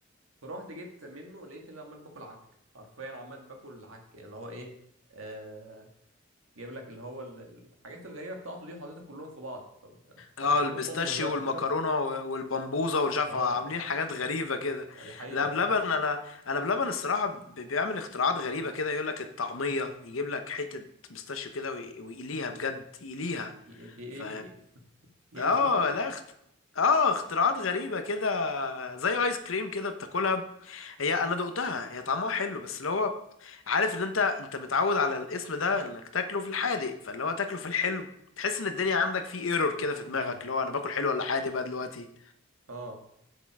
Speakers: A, on the right; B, on the left.
A: فروحت جبت منه لقيت اني عمال باكل عك حرفيا عمال باكل عك يعني اللي هو ايه آه... جايب لك اللي هو ال- الحاجات الغريبه بتاعته دي حاططها كلهم في بعض طب كان
B: اه
A: فين
B: البيستاشيو
A: الحمص بقى
B: والمكرونه و- والبمبوزه
A: <laughs>
B: ومش عارف
A: اه
B: عاملين حاجات غريبه كده
A: آه، دي حقيقه
B: لا بلبن
A: والله
B: انا انا بلبن الصراحه ب- بيعمل اختراعات غريبه كده يقول لك الطعميه يجيب لك حته بيستاشيو كده وي- ويقليها بجد يقليها
A: ايه ايه ايه
B: ف
A: ايه إيه- إيه- إيه-
B: اه
A: إيه- فستق
B: لا اخت... اه اختراعات غريبة كده زي ايس كريم كده بتاكلها هي انا دقتها هي طعمها حلو بس اللي هو عارف ان انت انت متعود على الاسم ده انك تاكله في الحادق فاللي هو تاكله في الحلو تحس ان الدنيا عندك في ايرور كده
A: <laughs>
B: في دماغك
A: امم
B: اللي هو انا باكل حلو ولا حادق بقى دلوقتي
A: اه